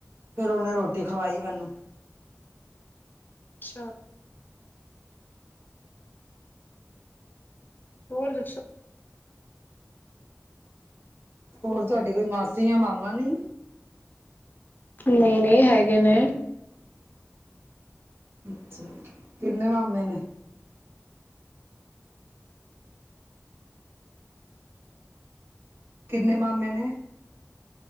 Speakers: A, on the right; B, on the left.
A: ਫੇਰ ਉਹਨੇ ਰੋਟੀ ਖਵਾਈ ਮੈਨੂੰ।
B: ਅੱਛਾ। ਹੋਰ ਦੱਸੋ?
A: ਹੋਰ ਤੁਹਾਡੀ ਕੋਈ ਮਾਸੀ ਜਾ ਮਾਮਾ ਨੀ?
B: ਨਈ ਨਈ ਹੈਗੇ ਨੇ।
A: ਅੱਛਾ ਕਿੰਨੇ ਮਾਮੇ ਨੇ? ਕਿੰਨੇ ਮਾਮੇ ਨੇ?